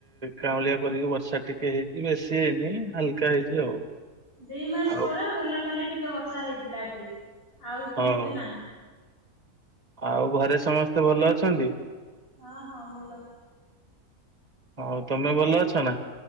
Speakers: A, on the right (about 25°); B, on the left (about 35°).
A: କାଉଁଳିଆ କରିକି ବର୍ଷା ଟିକେ ହେଇଛି ବେଶୀ ହେଇନି ହଲକା ହେଇଛି ଆଉ।
B: ଦି ମାସ
A: ଆଉ
B: ପରେ ଗଲା କାଲି ଟିକେ ବର୍ଷା ବର୍ଷା ହେଇଥିଲା ଏଠି ଆଉ ପୁଣି
A: ହଁ
B: ବି ନାହିଁ।
A: ଆଉ ଘରେ ସମସ୍ତେ ଭଲ ଅଛନ୍ତି?
B: ହଁ ହଁ ଭଲ।
A: ହଉ ତମେ ଭଲ ଅଛ ନା?